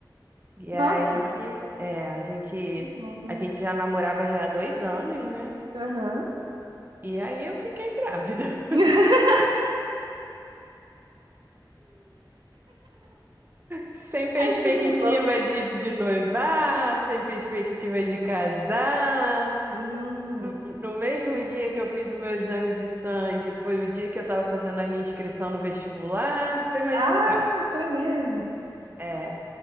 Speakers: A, on the right; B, on the right.
A: E
B: nossa,
A: aí, é, a gente,
B: nova.
A: a gente já namorava já há dois anos, né?
B: Aham.
A: E aí eu fiquei grávida.
B: <laughs>
A: Sem perspectiva
B: Essa foi boa.
A: de, de noivar, sem perspectiva de casar.
B: Hum.
A: No mesmo dia que eu fiz o meu exame de sangue, foi o dia que eu estava fazendo a minha inscrição no vestibular. Então imagina
B: Ah,
A: o caos.
B: foi mesmo.
A: É,